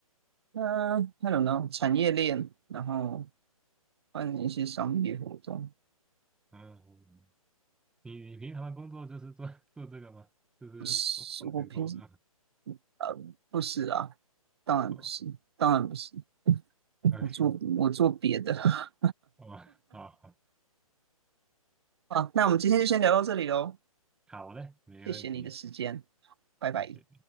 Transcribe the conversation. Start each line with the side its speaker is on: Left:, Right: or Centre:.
Right: 呃那种呢产业链，然后发展一些商业活动。
Centre: 嗯嗯。你你平常的工作就是做 <laughs> 做这个吗？就是风风险投资吗？
Right: 不是，我平时呃不是啊，当然不是，
Centre: 哦，
Right: 当然不是，
Centre: 哎，
Right: 我做我做别的。
Centre: 哦，好好，
Right: 好，那我们今天就先聊到这里喽，
Centre: 好嘞，没问题，
Right: 谢谢你的时间，拜拜。
Centre: 谢谢。